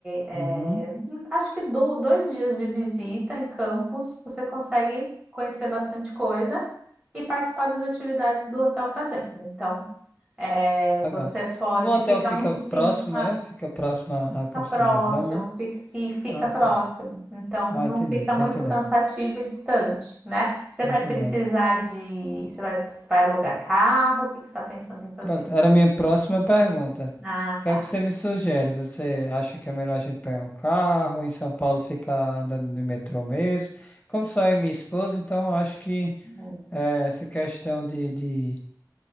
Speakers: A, on the right (about 15°); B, on the left (about 20°).
A: é,
B: Uhum.
A: acho que do- dois dias de visita em Campos você consegue conhecer bastante coisa e participar das atividades do Hotel Fazenda. Então, é, você
B: Legal.
A: pode
B: O hotel
A: ficar
B: fica
A: uns
B: próximo,
A: cinco ah,
B: é? Fica próximo a a
A: fica
B: Campos
A: próximo
B: do Jordão, é?
A: fica- e fica
B: Ah,
A: próximo.
B: tá.
A: Então,
B: Ah,
A: não
B: entendi,
A: fica
B: tô
A: muito
B: entendendo.
A: cansativo e distante, né? Você
B: Tô
A: vai
B: entendendo.
A: precisar de, você vai, vai alugar carro? O que que você está pensando em fazer?
B: Pronto, era a minha próxima pergunta.
A: Ah,
B: O que
A: tá.
B: é que você me sugere? Você acha que é melhor a gente pegar um carro em São Paulo ficar andando de metrô mesmo? Como só eu e minha esposa, então acho que
A: Hum.
B: É, essa questão de, de,